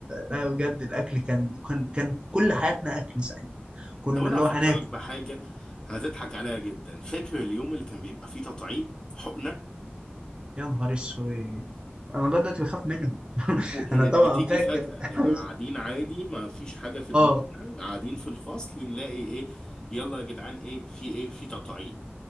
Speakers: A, on the right; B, on the left.
A: لا بجد الاكل كان كان كان كل حياتنا اكل ساعتها كنا
B: طب انا
A: اللي
B: افكرك
A: هو هناكل
B: بحاجه هتضحك عليها جدا فاكر اليوم اللي كان بيبقى فيه تطعيم حقنه
A: يا نهار اسود انا لغايه دلوقتي بخاف منهم <laughs>
B: وكانت
A: انا طبعا
B: بتيجي
A: فاكر
B: فجاه
A: <laughs>
B: نبقى قاعدين عادي ما فيش حاجه في دماغنا
A: اه
B: قاعدين في الفصل نلاقي ايه يلا يا جدعان ايه في ايه في تطعيم